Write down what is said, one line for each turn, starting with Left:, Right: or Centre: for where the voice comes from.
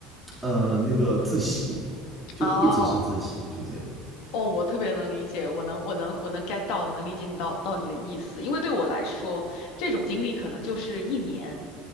Centre: 呃那个自习，就一直是自习，
Left: 哦
Centre: 就这样。
Left: 哦，我特别能理解，我能我能我能 get 到，能理解你到到你的意思，因为对我来说，这种经历可能就是一年，